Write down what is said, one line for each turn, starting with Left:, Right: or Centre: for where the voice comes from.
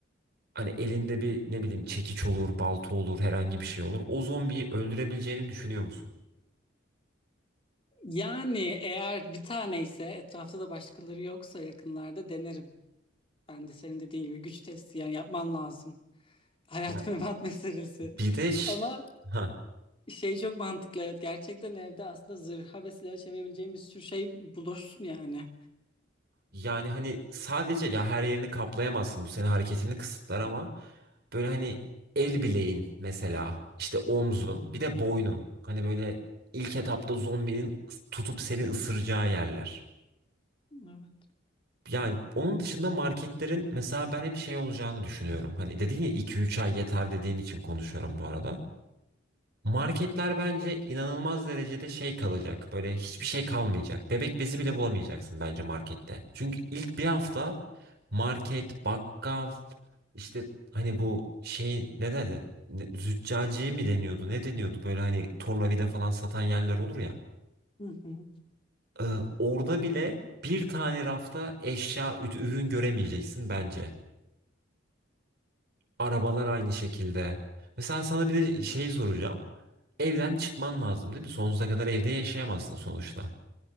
Right: hani elinde bir ne bileyim çekiç olur, balta olur, herhangi bir şey olur. O zombiyi öldürebileceğini düşünüyor musun?
Left: Yani eğer bir tane ise etrafta da başkaları yoksa yakınlarda denerim. Ben de senin dediğin gibi güç testi yani yapman lazım. Hayat
Right: Ya
Left: <laughs> memat meselesi.
Right: bir de ş-
Left: Ama
Right: ha.
Left: Şey çok mantıklı evet. Gerçekten evde aslında zırha ve silaha çevirebileceğin bir sürü şey bulursun yani.
Right: Yani hani sadece ya her yerini kaplayamazsın bu senin hareketini kısıtlar ama böyle hani el bileğin mesela işte omzun bir de boynun hani böyle ilk etapta zombinin tutup seni ısıracağı yerler.
Left: Evet.
Right: Yani onun dışında marketlerin mesela ben hep şey olacağını düşünüyorum. Hani dedin ya 2-3 ay yeter dediğin için konuşuyorum bu arada. Marketler bence inanılmaz derecede şey kalacak. Böyle hiçbir şey kalmayacak. Bebek bezi bile bulamayacaksın bence markette. Çünkü ilk bir hafta market, bakkal, işte hani bu şey ne de ne- züccaciye mi deniyordu? Ne deniyordu? Böyle hani tornavida falan satan yerler olur ya.
Left: Hı hı.
Right: Ee, orada bile bir tane rafta eşya, ü- ürün göremeyeceksin bence. Arabalar aynı şekilde. Mesela sana bir de şeyi soracağım. evden çıkman lazım dedi. Sonsuza kadar evde yaşayamazsın sonuçta.